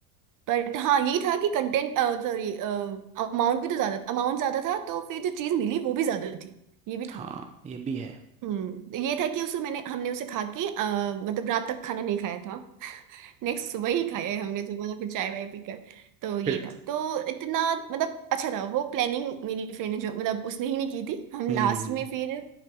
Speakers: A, on the right; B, on the right.
A: बट हाँ यही था कि कंटेंट सॉरी अमाउंट भी तो ज्यादा अमाउंट ज्यादा था तो फिर जो चीज मिली वो भी ज्यादा थी ये भी
B: हाँ
A: था
B: ये भी है
A: हम्म ये था कि उसको मैंने हमने उसे खा के अ, मतलब रात तक खाना नहीं खाया था नेक्स्ट सुबह ही खाया है हमने जो मतलब फिर चाय वाय पीकर तो ये
B: फिर
A: था तो इतना मतलब अच्छा था वो प्लानिंग मेरी फ्रेंड ने जो मतलब उसने ही नहीं की थी हम
B: हम्म
A: लास्ट
B: हम्म,
A: में फिर